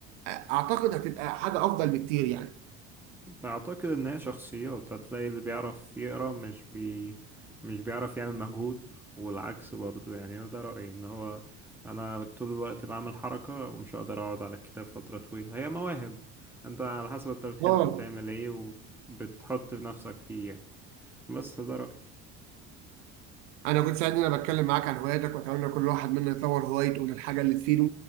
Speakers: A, on the right; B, in the centre.
A: اعتقد هتبقى حاجة افضل بكتير يعني
B: أعتقد إن هي شخصيات هتلاقي اللي بيعرف يقرا مش بي مش بيعرف يعمل مجهود والعكس برضو يعني أنا ده رأيي إن هو أنا طول الوقت بعمل حركة ومش هقدر أقعد على الكتاب فترة طويلة هي مواهب أنت على حسب أنت بتحب
A: اه
B: تعمل إيه وبتحط نفسك فيه يعني بس ده رأيي
A: انا كنت سعيد ان انا بتكلم معاك عن هواياتك واتمنى كل واحد منا يطور هوايته للحاجة اللي تفيده